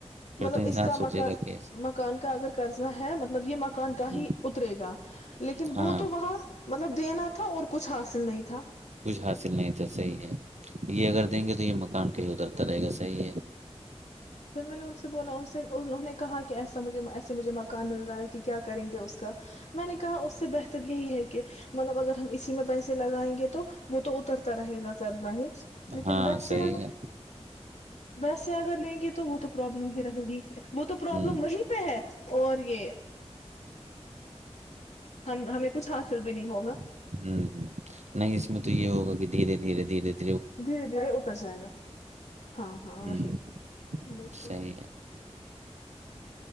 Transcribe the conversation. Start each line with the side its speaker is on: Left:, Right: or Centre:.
Right: پھر
Left: مطلب
Right: تو انسان
Left: اس کا
Right: سوچے
Left: مکان
Right: گا کہ
Left: مکان کا اگر قرضہ ہے مطلب مب یہ مکان کا ہی
Right: ہوں
Left: اترے گا لیکن
Right: ہاں
Left: وہ تو وہاں مطلب دینا تھا اور کچھ حاصل نہیں تھا
Right: کچھ حاصل نہیں تھا صحیح ہے یہ اگر دیں گے تو یہ مکان کہ ہی اترتا رہے گا صحیح ہے
Left: پھر میں نے ان سے بولا ان سے انہوں نے کہا کہ ایسا مجھے ایسا سے مجھے مکان مل رہا ہے کہ کیا کریں گے اس کا میں نے کہا اس سے بہتر یہی ہے کہ مطلب اگر ہم اسی میں پیسے لگائیں گے تو وہ تو اترتا رہے نظر نہیں لیکن
Right: ہاں
Left: ویسے
Right: صحیح ہے
Left: ویسےد اگر نہیں تو وہ تو پرابلم ہی رہے گی وہ تو پروابلم
Right: ہوں
Left: وہیں پہ ہے اور یہ ہم ہمیں کچھ حاصل بھی نہیں ہوگا
Right: ہوں ہ نہیں اس میں تو یہ ہوگا کہ دھیرے دھیرے دھیرے د
Left: دھیرے دھیرے اپر جائے گا ہاں ہاں
Right: ہوں
Left: وہی بالکل
Right: صحیح ہے